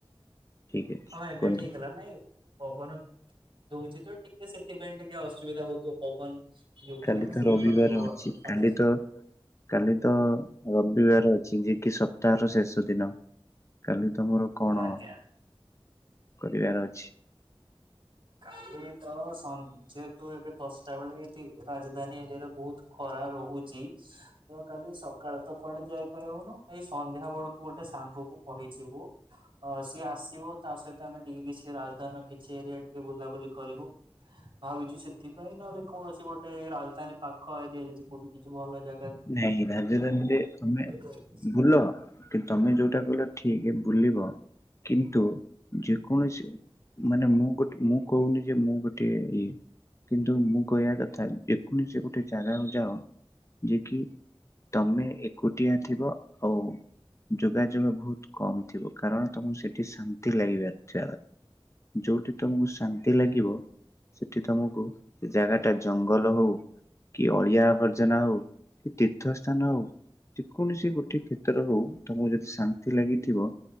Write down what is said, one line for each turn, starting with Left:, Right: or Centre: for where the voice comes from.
Left: ଠିକ ଅଛି
Right: ହଁ ଏବେ
Left: କୁହନ୍ତୁ
Right: ଠିକହେଲା ନାଇଁ? ପବନ ଦଉଛି ତ ଟିକେ ସେଥିପାଇଁ ଟିକେ ଅସୁବିଧା ହଉଥଵ ପବନ ଯୋଗୁ
Left: କାଲି
Right: ଟିକେ
Left: ତ
Right: ଶୁଭୁ
Left: ରବିବାର
Right: ନଥିବ
Left: ଅଛି
Right: ଭଲସେ।
Left: କାଲି ତ କାଲି ତ ରବିବାର ଅଛି ଯେ, କି ସପ୍ତାହର ଶେଷ ଦିନ କାଲି ତମର କଣ?
Right: ଆଜ୍ଞା
Left: କରିବାର ଅଛି।
Right: କ <inaudible> ଏ ତ ସ ଯେହତୁ ଏବେ ଦଶଟା ବେଳେ ଏଠି ରାଜଧାନୀ ଏରିଆରେ ବହୁତ ଖରା ରହୁ ଚି ତ କାଲି ସକାଳ ତ କୁଆଡେ ଯାଇପାରିବୁନୁ ଏଇ ସନ୍ଧ୍ୟା ବେଳକୁ ଗୋଟେ ସାଙ୍ଗକୁ କହି ଯିବୁ ଅ ସିଏ ଆସିବ ତା ସହିତ ଆମେ ଟିକେ କିଛି ରାଜଧାନିର କିଛି ଏରିଆ ଟିକେ ବୁଲାବୁଲି କରିବୁ। ଭାବୁଛୁ ସେଥିପାଇଁ ନହେଲେ କୌଣସି ଗୋଟେ ରାଜଧାନୀ ପାଖ ଏରିଆ ଯଦି କୋଉଠି କିଛି ଭଲ ଜା
Left: ନାଇଁ ରାଜଧାନିରେ ତୁମେ
Right: କରିକି ଆସିବା।
Left: ବୁଲ କିନ୍ତୁ ତମେ ଯୋଉଟା କହିଲ ଠିକ ବୁଲିବ କିନ୍ତୁ ଯେକୌଣସି ମାନେ ମୁଁ ଗୋଟେ ମୁଁ କହୁନି ଯେ ମୁଁ ଗୋଟେ ଇଏ। କିନ୍ତୁ ମୁଁ କହିବା କଥା ଯେକୌଣସି ଗୋଟେ ଜାଗାକୁ ଯାଅ କି ତମେ ଏକୁଟିଆ ଥିବ ଆଉ ଯୋଗାଯୋଗ ବହୁତ କମ ଥିବ କାରଣ ତମକୁ ସେଠି ଶାନ୍ତି ଲାଗିବାର ଥିବା ଦ ଯୋଉଠି ତମକୁ ଶାନ୍ତି ଲାଗିବ। ସେଠି ତମକୁ ସେ ଜାଗା ଟା ଜଙ୍ଗଲ ହଉ କି ଅଳିଆ ଆବର୍ଜନା ହଉ। କି ତୀର୍ଥ ସ୍ଥାନ ହଉ ଯେ କୌଣସି ଗୋଟେ କ୍ଷେତ୍ର ହଉ ତମକୁ ଯଦି ଶାନ୍ତି ଲାଗିଥିବ